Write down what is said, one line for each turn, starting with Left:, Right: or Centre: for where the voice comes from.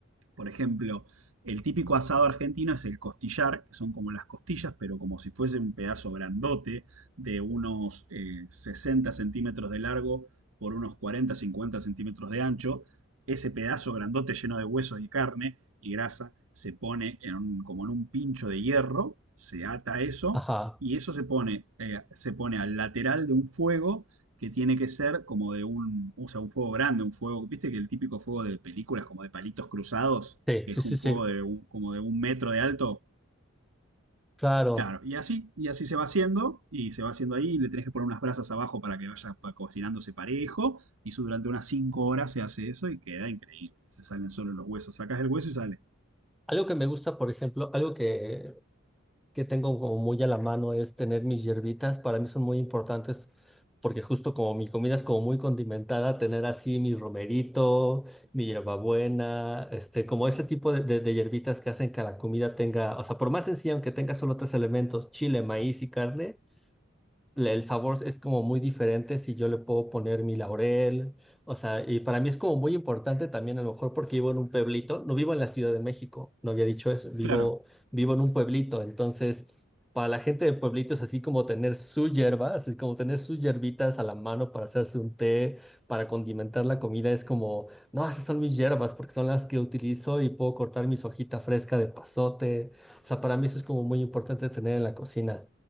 Right: Por ejemplo, el típico asado argentino es el costillar, que son como las costillas, pero como si fuese un pedazo grandote de unos eh, 60 centímetros de largo por unos 40, 50 centímetros de ancho. Ese pedazo grandote lleno de huesos y carne y grasa se pone en un- como en un pincho de hierro, se ata eso
Centre: Ajá,
Right: y eso se pone, eh, se pone al lateral de un fuego que tiene que ser como de un, o sea, un fuego grande, un fuego, viste que el típico fuego de películas, como de palitos cruzados,
Centre: sí,
Right: que
Centre: sí,
Right: es
Centre: sí,
Right: un
Centre: sí,
Right: fuego de un- como de un metro de alto.
Centre: claro.
Right: Claro, y así, y así se va haciendo, y se va haciendo ahí, y le tenés que poner unas brasas abajo para que vaya pa- cocinándose parejo, y eso durante unas 5 horas se hace eso y queda increíble. Se salen solo los huesos, sacás el hueso y sale.
Centre: Algo que me gusta, por ejemplo, algo que, que tengo como muy a la mano es tener mis hierbitas. Para mí son muy importantes porque justo como mi comida es como muy condimentada, tener así mi romerito, mi hierbabuena, este, como ese tipo de, de, de hierbitas que hacen que la comida tenga, o sea, por más sencilla, aunque tenga solo tres elementos, chile, maíz y carne, le- el sabor es como muy diferente si yo le puedo poner mi laurel, o sea, y para mí es como muy importante también a lo mejor porque vivo en un pueblito, no vivo en la Ciudad de México, no había dicho eso, vivo,
Right: Claro,
Centre: vivo en un pueblito, entonces para la gente de pueblitos es así como tener su hierba, así es como tener sus hierbitas a la mano para hacerse un té, para condimentar la comida, es como, no, esas son mis hierbas porque son las que utilizo y puedo cortar mis hojitas fresca de pasote, o sea, para mí eso es como muy importante tener en la cocina.